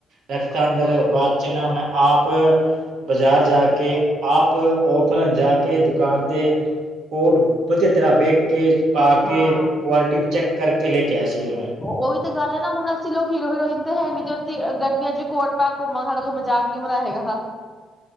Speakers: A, on the right; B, in the centre.
A: ਰੱਖਤਾ ਅੰਦਰ ਬਾਤ ਚੀਨਾ ਮੈਂ ਆਪ ਬਾਜ਼ਾਰ ਜਾ ਕੇ ਆਪ ਔਫਲ ਜਾ ਕੇ ਦੁਕਾਨ ਤੇ ਕੋਟ ਵਧੀਆ ਤਰ੍ਹਾਂ ਵੇਖ ਕੇ ਪਾ ਕੇ
B: ਹਾਂ
A: ਕੁਆਲਿਟੀ ਚੈੱਕ ਕਰਕੇ ਲੈ ਕੇ ਆਇਆ ਸੀ ਫਿਰ ਮੈਂ।
B: ਉਹੀ ਤਾਂ ਗੱਲ ਹੈ ਨਾ ਹੁਣ ਅਸੀਂ ਲੋਕ ਹੀਰੋ ਹੀਰੋਇਨ ਤੇ ਹੈ ਨੀ ਜੋੇ ਅਸੀਂ ਗਰਮੀਆਂ ਚ ਕੋਟ ਪਾ ਘੁੰਮਾਂ ਸਡਾ ਕੋ ਜਾਗ ਨੀ ਮਨਾਇ ਹੈਗਾ। <unintelligible>